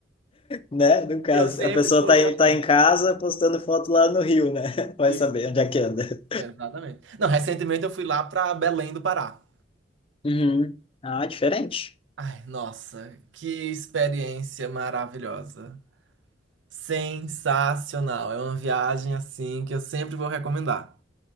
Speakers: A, on the left; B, on the right.
A: Né? No caso,
B: Eu sempre
A: a pessoa
B: estou
A: tá,
B: viajando.
A: em- tá em casa postando foto lá no Rio, né? <laughs> Vai
B: E-
A: saber onde é que anda.
B: Exatamente. Não, recentemente eu fui lá pra Belém do Pará.
A: Uhum. Ah, diferente.
B: Ai, nossa, que experiência maravilhosa. Sensacional. É uma viagem assim que eu sempre vou recomendar.